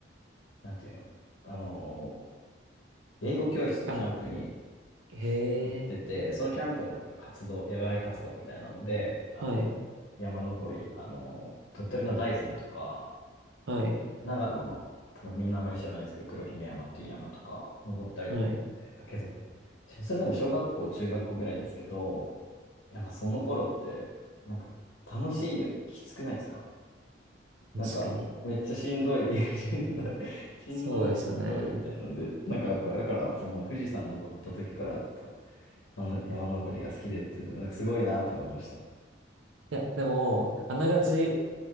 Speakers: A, on the left; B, on the right.
A: なんていうの、あの、英語教室のキャンプに
B: キャンプ、へ
A: 行ってて、
B: え、
A: そのキャンプのなんか活動、野外活動みたいなので、あの、
B: はい、
A: 山登り、あの、鳥取の大山とか、
B: はい、
A: 長野の、多分みんなあんまり知らないですけど、黒姫山っていう山とか登ったりとかして、
B: はい。
A: だけど、しそれでも小学校、中学校ぐらいですけど、やっぱその頃って、なんか楽しいよりきつくないですか
B: 確かに。
A: なんか、めっちゃしんどい、<laughs> しんどい、しんどい、
B: そうですよね。
A: しんどいみたいなんで、なんか、だから、だからその富士山登った時からた、の山登りが好きでっていうのが、なんかすごいなと思いました。
B: いや、でも、あながち、